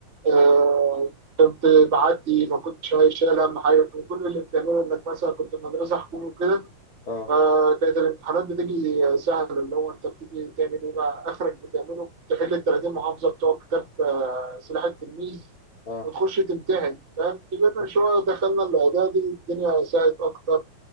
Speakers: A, on the right (about 85°); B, on the left (about 70°).
A: آه، كنت بعدي ما كنتش شايل هم حاجه كان كل اللي بتعمله انك مثلا كنت في مدرسه حكومي وكده
B: اه
A: فكانت الامتحانات بتيجي سهله اللي هو انت بتيجي تعمل ايه بقى اخرك بتعمله تحل ال 30 محافظه بتوع كتاب آه، سلاح التلميذ
B: اه
A: وتخش تمتحن فاهم كبرنا
B: اخ
A: شويه دخلنا الاعدادي الدنيا ساعت اكتر